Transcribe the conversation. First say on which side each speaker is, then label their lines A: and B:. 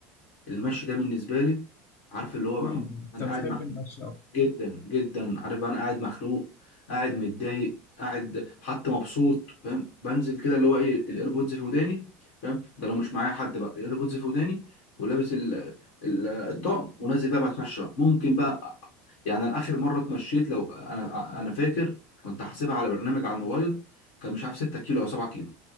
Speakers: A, on the left; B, on the left.
A: المشي ده بالنسبة لي عارف اللي هو بقى
B: امم انت
A: انا
B: بتحب
A: قاعد مع
B: المشي اكتر
A: جدا جدا عارف بقى انا قاعد مخنوق قاعد متضايق قاعد حتى مبسوط فاهم بنزل كده اللي هو ايه الايربودز في وداني فاهم ده لو مش معايا حد بقى الايربودز في وداني ولابس ال ال الطقم ونازل بقى بتمشى بقى. ممكن بقى يعني انا اخر مره اتمشيت لو انا انا فاكر كنت حاسبها على برنامج على الموبايل كان مش عارف 6 كيلو او 7 كيلو